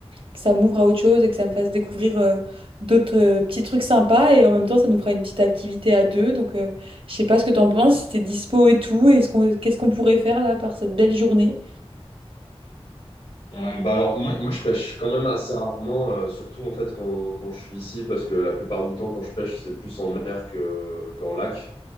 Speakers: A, on the right; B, on the left.
A: que ça m'ouvre à autre chose et que ça me fasse découvrir euh, d'autres euh, petits trucs sympas. Et en même temps, ça nous fera une petite activité à deux. Donc euh, je sais pas ce que t'en penses, si t'es dispo et tout, et ce qu'on, qu'est-ce qu'on pourrait faire là par cette belle journée.
B: Ouais, bah alors moi, moi je pêche quand même assez rarement, euh, surtout en fait quand, quand je suis ici, parce que la plupart du temps quand je pêche c'est plus en mer que, qu'en lac.